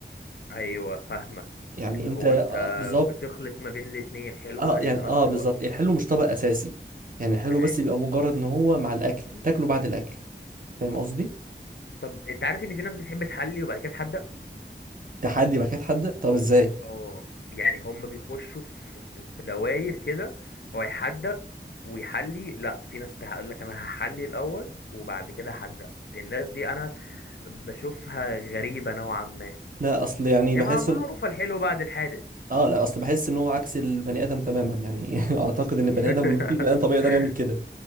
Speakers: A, on the left; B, on the right.
A: ايوه فاهمك
B: يعني
A: اللي
B: انت
A: هو
B: آه
A: انت
B: بالظبط
A: بتخلط ما بين الاتنين حلو
B: اه
A: وحادق
B: يعني
A: في
B: اه
A: نفس
B: بالظبط
A: الوقت
B: الحلو مش طبق اساسي يعني الحلو
A: ايوه
B: بس بيبقى مجرد ان هو مع الاكل تاكله بعد الاكل فاهم قصدي
A: طب انت عارف ان في ناس بتحب تحلي وبعد كده تحدق
B: تحدي باكات حاده طب ازاي
A: اه يعني هم بيخشوا في في في دواير كده هو يحدق ويحلي لا في ناس تقول لك انا هحلي الاول وبعد كده هحدق الناس دي انا بشوفها غريبة نوعا ما
B: لا اصل يعني
A: يا
B: بحس
A: ما معروفة
B: ان
A: الحلو بعد الحادق
B: اه لا اصل بحس ان هو عكس البني ادم تماما يعني <laughs> اعتقد
A: <laughs>
B: ان البني ادم في بني ادم طبيعي يقدر يعمل كده